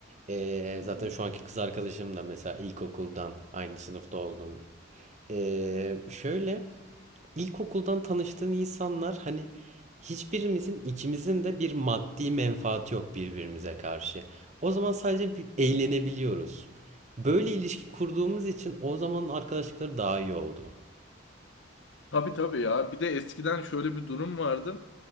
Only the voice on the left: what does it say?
hı.
Tabii tabii ya. Bir de eskiden şöyle bir durum vardı.